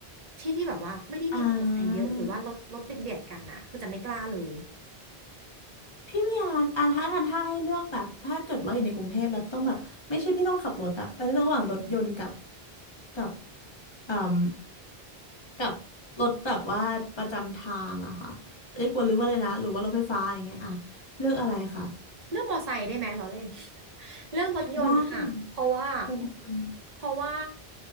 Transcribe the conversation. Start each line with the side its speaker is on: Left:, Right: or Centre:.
Right: ที่ที่แบบว่าไม่ได้มีมอเตอร์ไซค์เยอะหรือว่ารถรถเบียดเบียดกันอะคือจะไม่กล้าเลย
Left: อ่าพี่เมียอ่าถ้ากันถ้าให้เลือกแบบ ถ้าเกิดว่าอยู่ในกรุงเทพแล้วต้องแบบไม่ใช่พี่ต้องขับรถอะแต่เลือกระหว่างรถยนต์กับกับอืมกับรถแบบว่าประจำทางอะค่ะเรียกว่าหรือว่าอะไรนะ หรือว่ารถไฟฟ้าอย่างเงี้ยอะเลือกอะไรค่ะ
Right: เลือกมอไซค์ได้ไหมล้อเล่น <laughs> เลือกรถยนต์ค่ะเพราะว่า
Left: ได้รถยนต์
Right: เพราะว่า